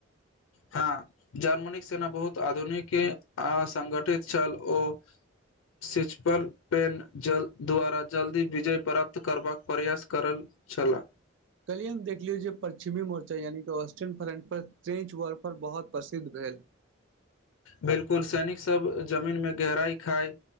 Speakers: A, on the left (about 85°); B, on the right (about 60°).
A: हँ जर्मनीक सेना बहुत आधुनिक संगठित छल ओ सिचपल पेन जल द्वारा जल्दी विजय प्राप्त करबाक प्रयास करल छलाह
B: कालिए हम देखियौ जे पश्चिमी मोर्चा यानिकि वेस्टर्न फ्रन्टपर ट्रेंच वॉफर बहुत प्रसिद्ध भेल
A: बिलकुल सैनिक सब जमीन में गहराई खााय